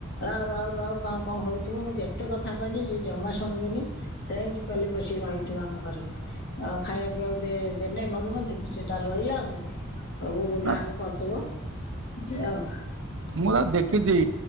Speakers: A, on the left (about 50°); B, on the right (about 60°).
A: ରାଉ ରାଉ ରାଉ। କାଉଁ କାଉଁ ହଉଥିବ ମୁଁ ଯେତେ କଥା କହିନେ ସେ ଜମା ଶୁଣିବେନି। ସେମିତି ପେଲି ପଶୀ ରହିଥିବ ଆମ ଘରେ ଆଉ ଖାଇବା ପିଇବାକୁ ଦେନେ ଭଲ ମନ୍ଦକି ସେ ତାର ରହିଲା ଆଉ ସବୁ ବୋଲ
B: ନା
A: ହାକ କରିଦବ ଆଉ।
B: ମୁଁ ତ ଦେଖିଛି